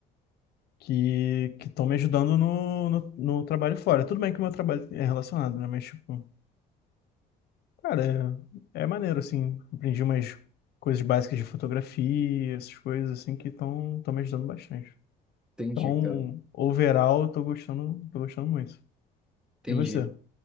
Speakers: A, on the left (about 70°); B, in the centre.
A: que que estão me ajudando no, no, no trabalho fora. Tudo bem que o meu trabalho é relacionado, né? Mas, tipo, cara, é, é maneiro, assim. Aprendi umas coisas básicas de fotografia, essas coisas, assim, que estão estão me ajudando bastante.
B: Entendi,
A: Então,
B: cara.
A: overall, eu tô gostando, tô gostando muito.
B: Entendi.
A: E você?